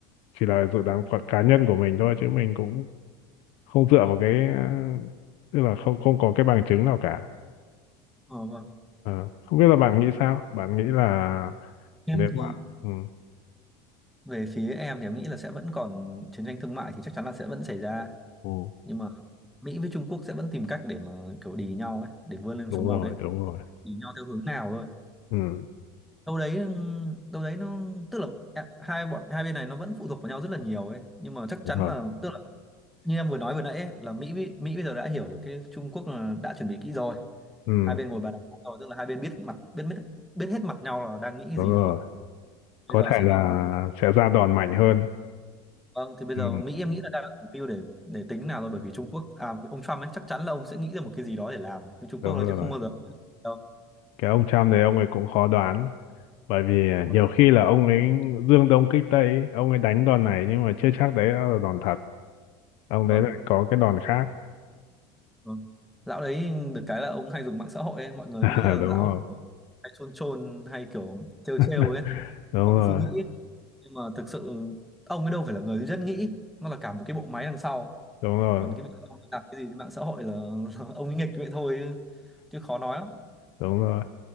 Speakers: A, on the left (about 60°); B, in the centre.
A: chỉ là dự đoán của cá nhân của mình thôi chứ mình cũng không dựa vào cái à, tức là không không có cái bằng chứng nào cả
B: ờ, vâng
A: Ờ, không biết là bạn nghĩ sao bạn nghĩ là
B: em
A: nếu
B: thì
A: mà ừ.
B: về phía em thì em nghĩ là sẽ vẫn còn chiến tranh thương mại thì chắc chắn là sẽ vẫn xảy ra
A: Ừ,
B: nhưng mà Mỹ với Trung Quốc sẽ vẫn tìm cách để mà kiểu đì nhau ấy để vươn lên
A: đúng
B: số một
A: rồi,
B: ấy
A: đúng rồi.
B: đì nhau theo hướng nào thôi
A: Ừ,
B: đâu đấy ừ, đâu đấy nó tức là em- hai bọn hai bên này nó vẫn phụ thuộc vào nhau rất là nhiều ấy nhưng mà chắc
A: đúng
B: chắn
A: rồi.
B: là tức là như em vừa nói vừa nãy ấy, là Mỹ Mỹ bây giờ đã hiểu được cái Trung Quốc là đã chuẩn bị kỹ rồi
A: Ừ,
B: hai bên ngồi bàn đàm rồi tức là hai bên biết mặt biết biết biết hết mặt nhau là đang nghĩ cái
A: đúng
B: gì
A: rồi.
B: rồi bây
A: Có
B: giờ
A: thể
B: sẽ
A: là
B: là
A: sẽ ra đòn mạnh hơn.
B: vâng thì bây
A: Ừ,
B: giờ Mỹ em nghĩ là đang mục tiêu để để tính nào rồi bởi vì Trung Quốc à ông Trump ấy chắc chắn là ông sẽ nghĩ ra một cái gì đó để làm với Trung
A: đúng
B: Quốc rồi
A: rồi.
B: chứ không bao giờ đâu
A: Cái ông Trump đấy ông ấy cũng khó đoán. Bởi vì
B: vâng
A: nhiều khi là ông ấy dương đông kích tây, ấy, ông ấy đánh đòn này nhưng mà chưa chắc đấy là đòn thật. Ông
B: vâng
A: đấy lại có cái đòn khác.
B: vâng lão đấy được cái là ông hay dùng mạng xã hội ấy. mọi người
A: <laughs>
B: nghĩ là
A: Đúng
B: lão
A: rồi.
B: hay chôn chôn hay kiểu trêu
A: <laughs>
B: trêu ấy
A: Đúng
B: không
A: rồi.
B: suy nghĩ nhưng mà thực sự ông ấy đâu phải là người duy nhất nghĩ nó là cả một cái bộ máy đằng sau
A: Đúng rồi.
B: còn cái việc ông ấy làm cái gì trên mạng xã hội là, là ông ấy nghịch vậy thôi chứ, chứ khó nói lắm
A: Đúng rồi.